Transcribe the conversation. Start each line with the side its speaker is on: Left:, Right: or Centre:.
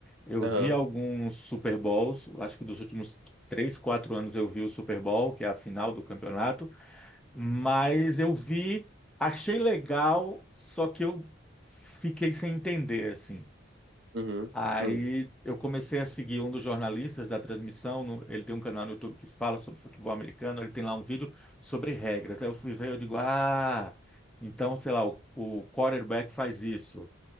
Centre: Eu
Right: aham,
Centre: vi alguns Super Bowls, acho que dos últimos três, quatro anos eu vi o Super Bowl, que é a final do campeonato, mas eu vi, achei legal, só que eu fiquei sem entender, assim.
Right: uhum,
Centre: Aí
Right: uhum,
Centre: eu comecei a seguir um dos jornalistas da transmissão, no- ele tem um canal no YouTube que fala sobre futebol americano, ele tem lá um vídeo sobre regras. Aí eu fui ver, eu digo, ah, então, sei lá, o, o quarterback faz isso.